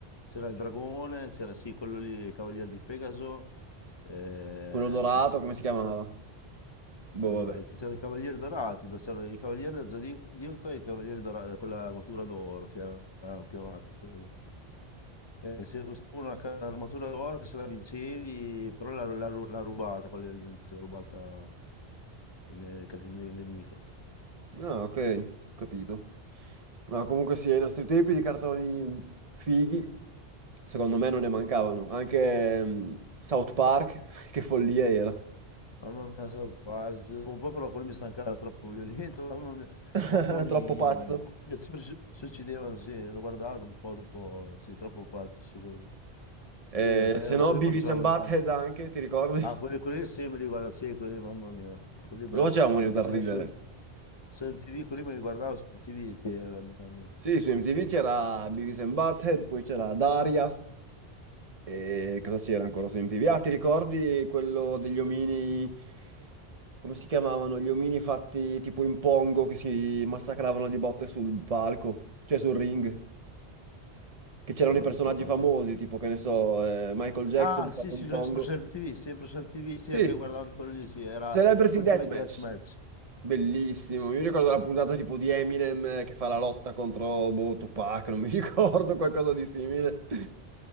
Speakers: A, on the left (about 30°); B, on the right (about 40°).
A: C'era il dragone, c'era sì, quello lì, il cavaliere di Pegaso, eh,
B: Quello dorato,
A: poi c'è-
B: come si chiamava? Boh,
A: quello dora-
B: vabbè.
A: che c'erano i cavalieri dorati, dove c'erano i cavalieri del Zodiaco e i cavalieri dorati, con l'armatura d'oro che era più avanti. proprio. Eh, se se uno ha l'armatura d'oro che se la vincevi, però l'ha l'ha ru- l'ha rubata, quella lì all'inizio, l'ha rubata il, il- ca- il nemico.
B: Ah, ok, capito. No, comunque sì, ai nostri tempi di cartoni fighi, secondo me non ne mancavano. Anche mm, South Park, <laughs> che follia era.
A: Mamma mia, sono quasi. Dopo un po' però quello mi stancava, era troppo violento, <laughs> mamma mia.
B: <laughs>
A: Dopo un po' mi...
B: Troppo pazzo.
A: mi Sempre si si uccidevano, sì, l'ho guardato un po' dopo, sì, troppo pazzo, sì, quello.
B: Eh,
A: Quelli, eh,
B: se no,
A: quelli
B: Beavis
A: quando avevo
B: and
A: vent'anni.
B: Butthead anche, ti ricordi? Non
A: Ah, quelli, quelli sempre li guarda, sì, quelli, lì, mamma mia. Quelli belli.
B: lo faceva morire dal
A: Su,
B: ridere.
A: su, su MTV, quelli me li guardavo su MTV, sì, era, mi sembra, non
B: Sì, su MTV c'era Beavis and Butthead, poi c'era Daria. E cosa c'era ancora su MTV? Ah, ti ricordi quello degli omini? come si chiamavano, gli omini fatti tipo in pongo che si massacravano di botte sul palco, cioè sul ring, che c'erano
A: me lo
B: i personaggi
A: ricordo.
B: famosi, tipo che ne so, eh, Michael Jackson
A: Ah, sì,
B: fatto
A: sì,
B: di pongo.
A: sempre su MTV, sempre su MTV, sì,
B: Sì,
A: anche guardavo anche quello lì, sì, era
B: Celebrity
A: Ultimate
B: Deathmatch,
A: Deathmatch.
B: bellissimo. Mi ricordo la puntata tipo di Eminem eh, che fa la lotta contro boh, Tupac, non mi <laughs> ricordo, qualcosa di simile.